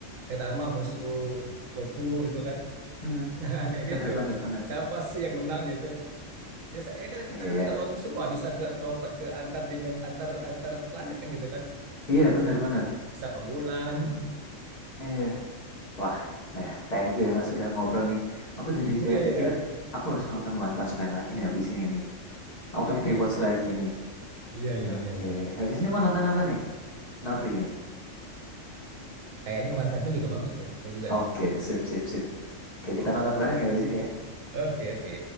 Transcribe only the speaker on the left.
Hmm,
bener
bener bener.
Iya,
iya.
Iya, bener bener.
Iya. Wah, ya, thank you ya Mas sudah ngobrol nih. Aku jadi
kayak
mikir
aku harus nonton One Punch Man lagi nih habis ini nih. Aku
pengen
rewatch
lagi
nih.
Oke,
habis ini mau nonton apa nih? Nafri nih.
Oke,
sip, sip, sip. Oke, kita
nonton
bareng
ya habis ini ya.